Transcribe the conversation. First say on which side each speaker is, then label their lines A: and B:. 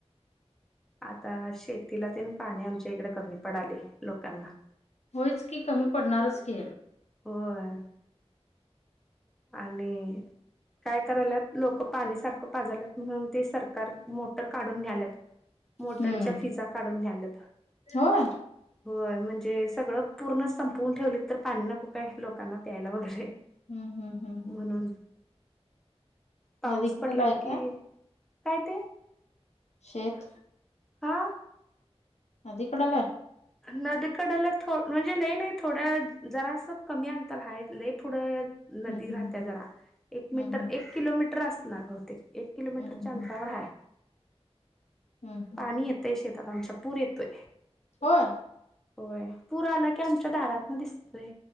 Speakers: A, in the centre; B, on the left (about 85°).
A: आता शेतीला ते ना पाणी आमच्या इकडे कमी पडले लोकांना
B: होयच की कमी पडणारच की
A: होय आणि काय करायलात लोक पाणी सारखं पाजलत म्हणून ते सरकार मोटर काढून न्यालात मोटरच्या
B: हम्म
A: फिजा काढून घ्याल्या
B: होय.
A: होय म्हणजे े सगळं पूर्ण संपवून ठेवली तर पाणी नको काय लोकांना प्यायला वगैरे
B: हम् हम्म हम्म हम्म.
A: म्हणून पाऊस
B: नदीकडला
A: पडला
B: आहे
A: की
B: काय
A: काय ते
B: शेत
A: हा
B: अदीकडले
A: नदीकडेला ो म्हणजे लईन थोड्या जरास कमी आण तर हा पुढ नदी
B: हम्म हम्म.
A: राहत जरा एक
B: हम्म
A: मीटर
B: हम्म
A: एक किलोमीटर तर असणार बहुतेक एक किलोमीटरच्या
B: हम्म
A: अंतरावर आहे
B: हम्म हम्म
A: पाणी येतय शेतात आमच्या पूर येतोय
B: होय
A: होय पूर आला की आमच्या दारात न दिसतोय